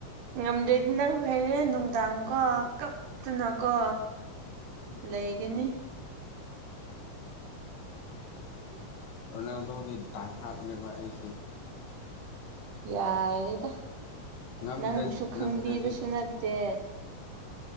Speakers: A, on the right; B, on the left.
A: ꯉꯝꯗ꯭ꯔꯦꯗꯤ ꯅꯪ ꯐꯩꯔꯦ ꯅꯨꯡꯗꯥꯡ ꯀꯣ ꯀꯞꯇꯅꯀꯣ
B: ꯎꯝ
A: ꯂꯩꯒꯅꯤ ꯎ
B: ꯔꯣꯅꯥꯜꯗꯣꯒꯤ ꯗꯥꯏꯍꯥꯛꯅꯦꯕ ꯑꯩꯁꯦ
A: ꯌꯥꯔꯦꯗ
B: ꯉꯝꯗ꯭ꯔ
A: ꯅꯪꯕꯨꯁꯨ ꯈꯪꯕꯤꯕꯁꯨ
B: ꯉꯝꯗ꯭ꯔꯗꯤ
A: ꯅꯠꯇꯦ